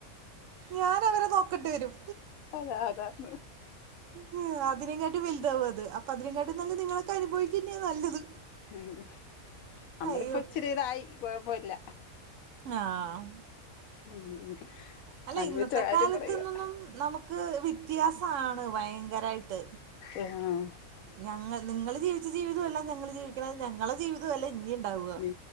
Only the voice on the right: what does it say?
ഞാൻ അവരെ നോക്കേണ്ടി വരും
ഉ അതിനേക്കാട്ടും വലുതാവും അത് അപ്പൊ അതിനെകാട്ടി നല്ല നിങ്ങളൊക്കെ അനുഭവിക്കന്നെയാ നല്ലത്.
അയ്യോ
ആഹ്
അല്ല
ഇന്നത്തെ
കാലത്തന്നൊന്നും
നമുക്ക് വ്യത്യാസാണ് ഭയങ്കരായിട്ട്
ഞങ്ങൾ നിങ്ങളൾ ജീവിച്ച ജീവിതവും അല്ല ഞങ്ങൾ ജീവിക്കണ ഞങ്ങളെ ജീവിത ഇതു അല്ല ഇനിയുണ്ടാകുക